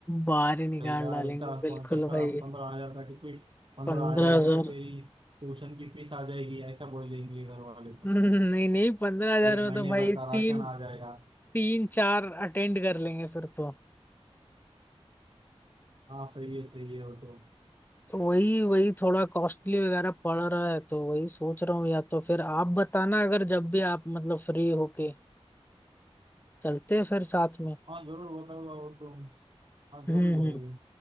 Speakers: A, on the left; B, on the right.
A: बाहर ही निकाल
B: अरे यार
A: डालेंगे
B: इतना
A: बिल्कुल
B: कॉन्सर्ट का
A: भाई
B: पंद्रह हजार का टिकट पंद्रह
A: पंद्रह
B: हजार
A: हजार
B: में तो तेरी ट्यूशन की फीस आ जाएगी ऐसा बोल देंगे घर वाले
A: <laughs>
B: तो
A: नहीं नहीं पंद्रह हजार
B: एक
A: में
B: महीने
A: तो भाई
B: भर का
A: तीन
B: राशन आ जाएगा
A: तीन चार अटेंड कर लेंगे फिर तो
B: हाँ सही है सही है वो तो
A: तो वही वही थोड़ा कॉस्टली वगैरह पड़ रहा है तो वही सोच रहा हूँ या तो फिर आप बताना अगर जब भी आप मतलब फ्री होके चलते हैं फिर साथ में
B: हाँ जरूर बताऊंगा वो तो हाँ जरूर
A: हम्म हम्म
B: जाएगी